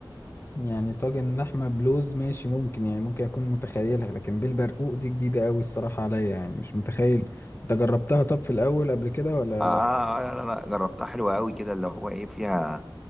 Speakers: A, on the left (about 35°); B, in the centre.
A: يعني طاجن لحمة بلوز ماشي ممكن يعني ممكن أكون متخيلها لكن بالبرقوق دي جديدة أوي الصراحة عليا يعني مش متخيل أنت جربتها طب في الأول قبل كده ولا
B: آه, آه, آه لا لا جربتها حلوة قوي كده اللي هو ايه فيها